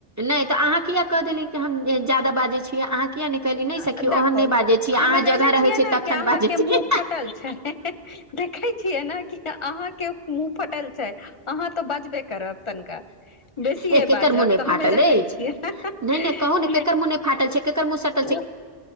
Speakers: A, on the right; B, on the left.
A: नै तऽ अहाँ किया कह देली कि हम जे जादा बाजै छीय अहाँ किया नहि कहली नहि सखी
B: आ
A: ओहन
B: देखो
A: नहि बाजै छी अहाँ
B: हमे जानै
A: जगह रहै
B: छियै
A: छै
B: न
A: तखन
B: कि अहाँकेँ
A: बाजै छी
B: मुँह फटल छै देखे छियै न कि अहाँ केँ मुँह फटल छै अहाँ तऽ बजबे करब तनिका बेसी
A: एक एकर
B: बाजब
A: मुँह नहि
B: तऽ हमे
A: फाटल
B: जानै
A: अछि
B: छियै <unintelligible>
A: नहि नहि कहू ने केकर
B: नहि।
A: मुँह फाटल छै केकर मुँह सट
B: उऽ